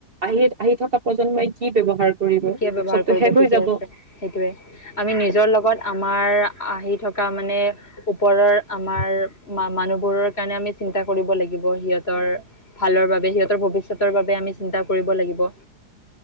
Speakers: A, on the right; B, on the left.
A: আহি আহি থকা প্ৰজন্মই কি ব্যৱহাৰ কৰিব
B: কিয় ব্ৱহাৰ
A: চবতো
B: কৰিব
A: শেষ
B: ঠিকে
A: হৈ যাব
B: আছে সেইটোয়ে আমি নিজৰ লগত আমাৰ আহি থকা মানে ওপৰৰ আমাৰ মানুহবোৰৰ কাৰণে আমি চিন্তা কৰিব লাগিব সিহঁতৰ ভালৰ বাবে সিহঁতৰ ভৱিষ্যতৰ বাবে আমি চিন্তা কৰিব লাগিব।